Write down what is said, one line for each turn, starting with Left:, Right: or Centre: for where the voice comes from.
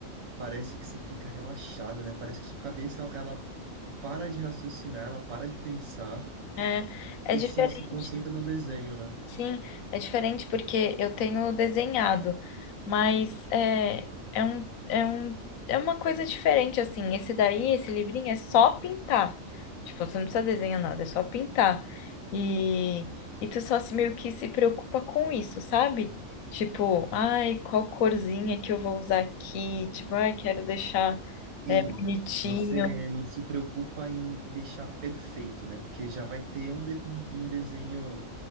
Right: parece que você fica relaxado, né? Parece que sua cabeça ela ela para de raciocinar, ela para de pensar
Left: É, é
Right: e
Left: diferente.
Right: só se concentra no desenho, né?
Left: Sim, é diferente porque eu tenho desenhado, mas é, é um, é um, é uma coisa diferente, assim. Esse daí, esse livrinho, é só pintar. Tipo, você não precisa desenhar nada, é só pintar. E, e tu só se, meio que se preocupa com isso, sabe? Tipo, ai, qual corzinha que eu vou usar aqui? Tipo, ai, quero deixar
Right: Sim,
Left: é, bonitinho.
Right: você não se preocupa em deixar perfeito, né? Porque já vai ter um, de- um um desenho